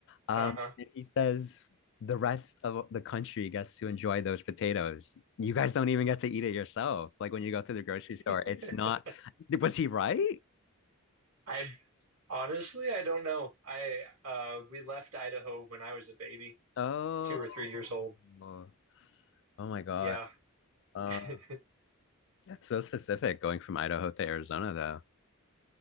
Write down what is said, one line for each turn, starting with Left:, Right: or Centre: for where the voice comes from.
Left: Um,
Right: Uh-huh.
Left: and he says the rest of the country gets to enjoy those potatoes. You guys don't even get to eat it yourself. Like when you go to the grocery store,
Right: <laughs>
Left: it's not. Was he right?
Right: I honestly, I don't know. I, uh, we left Idaho when I was a baby,
Left: Oh,
Right: two or three years old.
Left: oh my God.
Right: Yeah.
Left: Um,
Right: <laughs>
Left: that's so specific going from Idaho to Arizona, though.